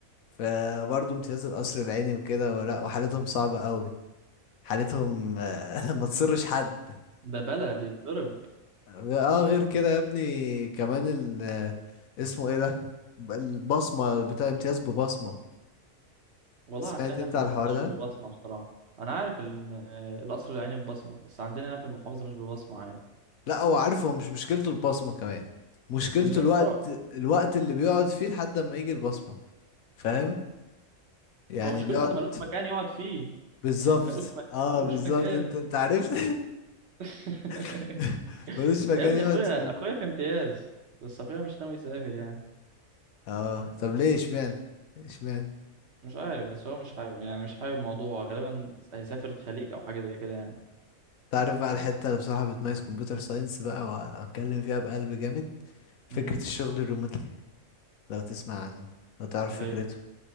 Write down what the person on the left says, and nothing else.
فبرضه امتياز القصر العيني وكده ولا وحالتهم صعبة قوي حالتهم آه، <laughs> ما تصرش حد
اه غير كده يا ابني كمان ال اسمه ايه ده ب- البصمة بتاع امتياز ببصمة
سمعت
انت
على
الحوار ده
لا هو عارف هو مش مشكلته البصمة كمان مشكلته
الوقت الوقت اللي بيقعد فيه لحد ما يجي البصمة فاهم يعني
بيقعد
بالظبط
اه
بالظبط
انت انت عرفت
<laughs> ملوش مكان
يقعد
فيه
اه طب ليه اشمعنى اشمعنى
تعرف بقى الحتة اللي بصراحة بتميز كمبيوتر ساينس بقى وأتكلم فيها بقلب جامد فكرة
الشغل الريموتلي لو تسمع عن لو تعرف فكرته